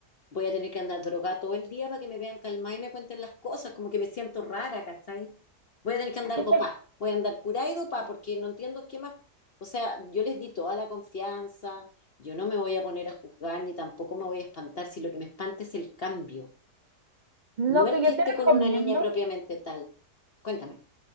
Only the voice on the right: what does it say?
yo
te-
lo
que yo
te
recomiendo,